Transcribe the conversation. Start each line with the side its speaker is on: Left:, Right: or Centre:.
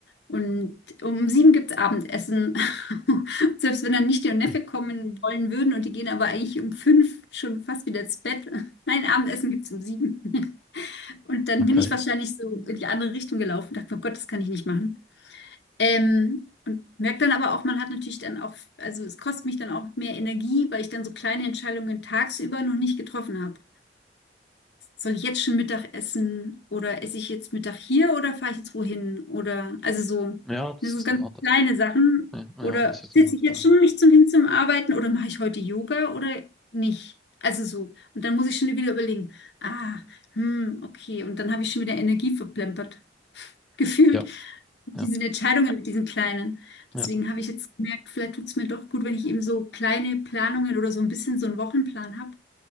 Left: Und um sieben gibt es Abendessen. <laughs> Selbst wenn dann nicht
Centre: <clears throat>
Left: und Neffe kommen wollen würden und die gehen aber eigentlich um fünf schon fast wieder ins Bett. <laughs> Nein, Abendessen gibt es um sieben. <laughs> Und dann
Centre: Okay.
Left: bin ich wahrscheinlich so in die andere Richtung gelaufen und dachte, oh Gott, das kann ich nicht machen. Ähm, und merke dann aber auch, man hat natürlich dann auch, also es kostet mich dann auch mehr Energie, weil ich dann so kleine Entscheidungen tagsüber noch nicht getroffen habe soll ich jetzt schon Mittag essen oder esse ich jetzt Mittag hier oder fahre ich jetzt wohin? Oder also so,
Centre: Ja, das
Left: das sind
Centre: ist
Left: ganz
Centre: dann,
Left: kleine Sachen.
Centre: Ja, ah
Left: Oder
Centre: ja, das ist
Left: sitze
Centre: der Nachteil.
Left: ich jetzt schon nicht zum hin zum Arbeiten oder mache ich heute Yoga oder nicht? Also so. Und dann muss ich schon wieder überlegen, ah, hm, okay. Und dann habe ich schon wieder Energie verplempert, <laughs> gefühlt.
Centre: Ja,
Left: mit
Centre: ja,
Left: Diesen Entscheidungen mit diesen kleinen.
Centre: ja,
Left: Deswegen habe ich jetzt gemerkt, vielleicht tut es mir doch gut, wenn ich eben so kleine Planungen oder so ein bisschen so einen Wochenplan habe